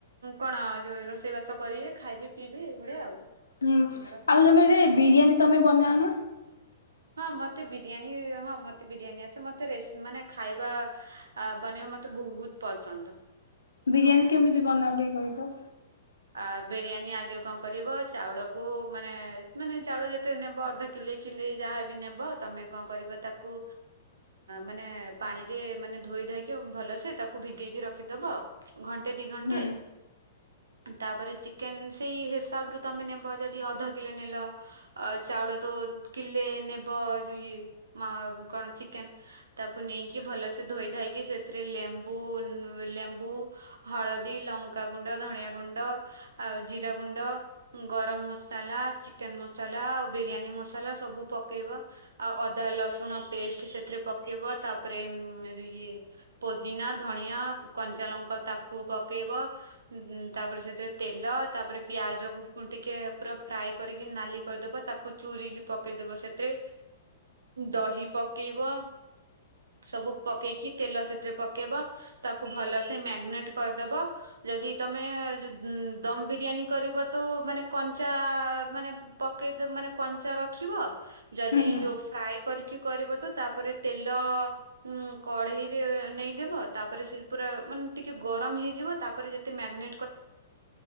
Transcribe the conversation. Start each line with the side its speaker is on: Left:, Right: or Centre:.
Right: କଣ ଯଉ ରୋଷେଇ ବାସ କରିବେ ଖାଇବି ପିଇବି ଏଇଭଳିଆ ଆଉ।
Left: ହୁଁ
Right: ଆମର
Left: ଆଉ ତମେ ଏ ବିରିୟାନୀ ତମେ ବନା ନା?
Right: ହଁ ମତେ ବିରିୟାନୀ ହଁ ମତେ ବିରିୟାନୀ ଆସେ ମତେ ମାନେ ଖାଇବା ବନେଇବା ମତେ ବହୁତ ପସନ୍ଦ।
Left: ବିରିୟାନୀ କେମିତି ବନାଉ ଟିକ କହ ତ?
Right: ଆ ବିରିୟାନୀ ଆଗେ କଣ କରିବ ଚାଉଳକୁ ମାନେ ମାନେ ଚାଉଳ ଯେତେ ନେବ ଅଧ କିଲୋ କି ଯାହା ବି ନଵ ତମେ କଣ କରିବ ତାକୁ ମାନେ ପାଣିରେ ମାନେ ଧୋଇକି ଧାଇକି ଭଲସେ ତାକୁ ଭିଗେଇକି ରଖିଦବ ଘଣ୍ଟେ ଦି ଘଣ୍ଟେ
Left: ହୁଁ
Right: ତାପରେ ଚିକେନ ସେଇ ହିସାବରୁ ତମେ ନେବ ଯଦି ଅଧ କିଲୋ ନେଲ ଚାଉଳ ତ କିଲେ ନଵ <unintelligible> କଣ ଚିକେନ ତାକୁ ନେଇ ଭଲସେ ଧୋଇଧାଇକି ସେଥିରେ ଲେମ୍ବୁ ଲେମ୍ବୁ ହଳଦି ଲଙ୍କାଗୁଣ୍ଡ ଧନିଆ ଗୁଣ୍ଡ ଆଉ ଜିରା ଗୁଣ୍ଡ ଗରମ ମସଲା, ଚିକେନ ମସଲା ବିରିୟାନୀ ମସଲା ସବୁ ପକେଇବା ଆଉ ଅଦା ଲସୁଣ ପେଷ୍ଟ ସେଥିରେ ପକେଇବ ତାପରେ ଈଏ ପୋଦିନା, ଧନିଆ, କଞ୍ଚାଲଙ୍କା ତାକୁ ପକେଇବ ତାପରେ ସେଥିରେ ତେଲ ତାପରେ ପିଆଜକୁ ଟିକେ ପୁରା ଫ୍ରାଏ କରିକି ନାଲି କରିଦବା ତାକୁ ଚ ପୁରିକି ପକେଇଦବ ସେଥିରେ ଦହି ପକେଇବ। ସବୁ ପକେଇକି ତେଲ ସେଥିରେ ପକେଇବ ତାକୁ ଭଲ ସେ ମ୍ୟାଗିନେଟ କରିଦବ ଯଦି ତମ ଦମ ବିରିୟାନୀ କରିବ ତ ମାନେ କଞ୍ଚା ମାନେ ପକେଇଦବ କଞ୍ଚା ରଖିବ ଯଦି
Left: ହୁଁ
Right: ଫ୍ରାଏ କରିକି କରିବ ତ ତାପରେ ତେଲ ଉ କଢେଇରେ ନେଇଦବ ତାପରେ ସେ ପୁରା ମାନେ ଟିକେ ଗରମ ହେଇଯିବ। ତାପରେ ଯେତେ ଟ